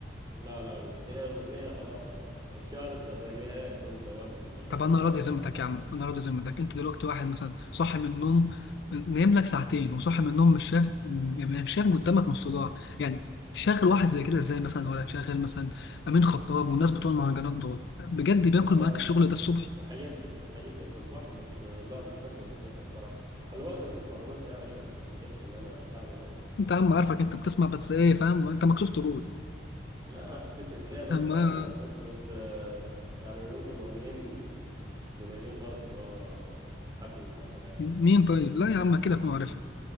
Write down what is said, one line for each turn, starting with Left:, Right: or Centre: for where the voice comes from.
Right: لا لا هي الأغنية خلاص يعني اتشهرت وهتلاقيها كل سواق بيشغلها
Left: طب انا راضي
Right: وبتاع
Left: ذمتك يا عم انا راضي ذمتك انت دلوقتي واحد مثلا صاحي من النوم نايم لك ساعتين وصاحي من النوم مش شايف م- مش شايف قدامك نص صداع يعني تشغل واحد زي كده ازاي مثلا ولا تشغل مثلا امين خطاب والناس بتوع المهرجانات دول بجد بياكل
Right: أنا
Left: معاك الشغل ده الصبح
Right: الحاجات دي الحاجات دول بسمعهم بس آه، لا مش هقدر الصبح بصراحة خلي بالك أنا بسمع رومانسي أنا عشان ما تفتكرش إن أنا شعبي بس
Left: انت يا عم عارفك انت بتسمع بس ايه فاهم انت مكسوف تقول
Right: لا هتكسف ليه أنا
Left: اما
Right: بسمع أغاني رومانسي بس آه، يعني ممكن مغنيين قليلين خالص اللي هو حد بيسمعهم يعني
Left: مين طيب لا يا عم كده اكون عارف